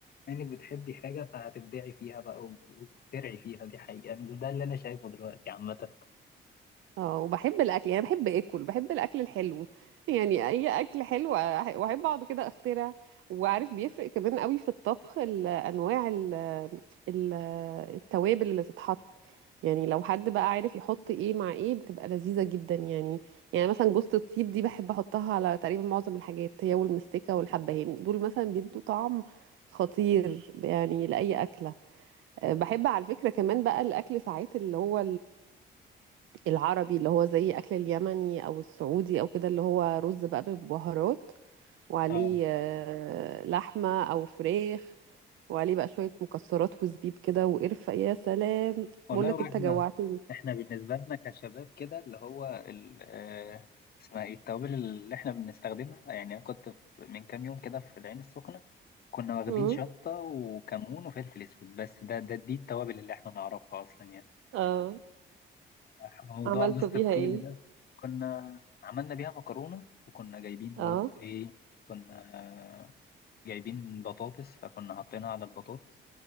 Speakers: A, on the left; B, on the right.
A: بما انك بتحبي حاجه فهتبدعي فيها بقى و- وتخترعي فيها دي حقيقه يعني ده اللي انا شايفه دلوقتي عامه
B: اه وبحب الاكل يعني بحب اكل بحب الاكل الحلو يعني اي اكل حلو أح- واحب اقعد كده اخترع وعارف بيفرق كمان قوي في الطبخ ال- انواع ال- ال- التوابل اللي تتحط يعني لو حد بقى عارف يحط ايه مع ايه بتبقى لذيذة جدا يعني يعني مثلا جوزة الطيب دي بحب احطها على تقريبا معظم الحاجات هي والمستكة والحبهان دول مثلا بيدوا طعم خطير يعني لأي أكلة أه، بحب على فكرة كمان بقى الأكل ساعات اللي هو العربي اللي هو زي اكل اليمني او السعودي او كده اللي هو رز بقى بالبهارات وعليه
A: اه
B: آه، لحمه او فراخ وعليه بقى شويه مكسرات وزبيب كده وقرفه يا سلام
A: والله
B: بقول لك
A: واحنا
B: انت جوعتني
A: احنا بالنسبه لنا كشباب كده اللي هو ال آه، اسمها ايه التوابل اللي احنا بنستخدمها يعني انا كنت في- من كام يوم كده في العين السخنه كنا واخدين
B: امم
A: شطه وكمون وفلفل اسود بس ده ده دي التوابل اللي احنا نعرفها اصلا يعني
B: اه
A: فموضوع
B: وعملته
A: جوز
B: بيها
A: الطيب
B: ايه
A: ده كنا عملنا بيها مكرونة وكنا جايبين
B: اه
A: برضو إيه كنا جايبين بطاطس فكنا حاطينها على البطاطس